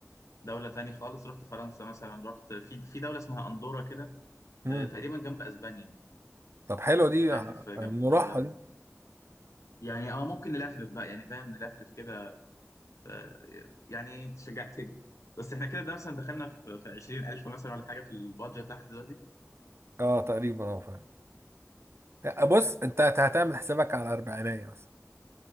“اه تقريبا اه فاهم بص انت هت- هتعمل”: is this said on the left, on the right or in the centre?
Right